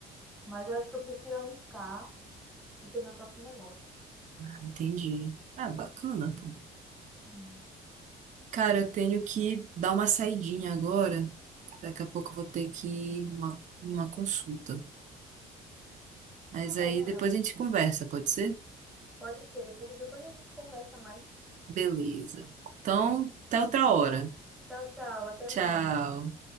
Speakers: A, in the centre; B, on the right (about 45°).
A: mas eu acho que eu prefiro arriscar e ter meu próprio negócio.
B: Ah, entendi. Ah, bacana, pô.
A: Hum.
B: Cara, eu tenho que dar uma saidinha agora. Daqui a pouco eu vou ter que ir uma, uma consulta. Mas
A: Tudo
B: aí
A: bem,
B: depois
A: Ana.
B: a gente conversa, pode ser?
A: Pode ser. Depois, depois a gente conversa mais,
B: Beleza. Então,
A: tá bom?
B: até outra hora.
A: Tchau, tchau. Até
B: Tchau.
A: mais.